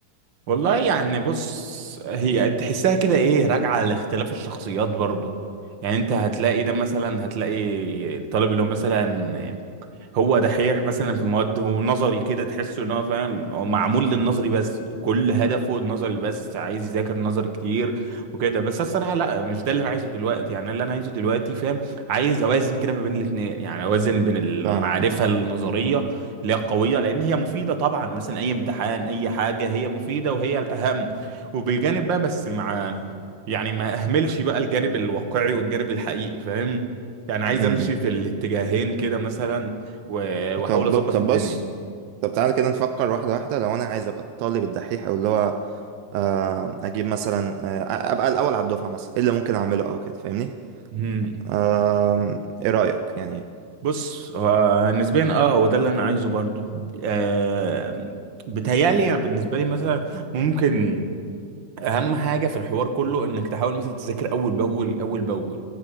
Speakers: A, on the right; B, on the right.
A: والله يعني بص هي تحسها كده ايه راجعه لاختلاف الشخصيات برضه يعني انت هتلاقي ده مثلا هتلاقي الطالب اللي هو مثلا هو دحيح مثلا في مواد هو نظري كده تحسه ان هو فاهم هو معمول للنظري بس كل هدفه النظري بس عايز يذاكر نظري كتير وكده بس أنا الصراحه لا مش ده اللي انا عايزه دلوقتي يعني اللي انا عايزه دلوقتي فاهم عايز اوازن كده ما بين الاثنين يعني اوازن بين المعرفه
B: فاهمك فاهم
A: النظريه اللي هي قويه لان هي مفيده طبعا مثلا اي امتحان اي حاجه هي مفيده وهي الاهم وبجانب بقى بس مع يعني ما اهملش بقى الجانب الواقعي والجانب الحقيقي فاهم يعني عايز
B: م-
A: امشي
B: م.
A: في الاتجاهين كده مثلا و- واحاول
B: طب
A: اظبط
B: طب
A: الدنيا
B: بص طب تعالى كده نفكر واحدة واحدة لو أنا عايز أبقى الطالب الدحيح أو اللي هو آه، أجيب مثلا آه، أبقى الأول على الدفعة مثلا إيه اللي ممكن أعمله أو كده فاهمني؟
A: مم.
B: آم، إيه رأيك يعني؟
A: بص هو نسبيا اه هو ده اللي انا عايزه برضو آه بتهيألي يعني بالنسبه لي مثلا ممكن اهم حاجه في الحوار كله انك تحاول مثلا تذاكر اول باول اول باول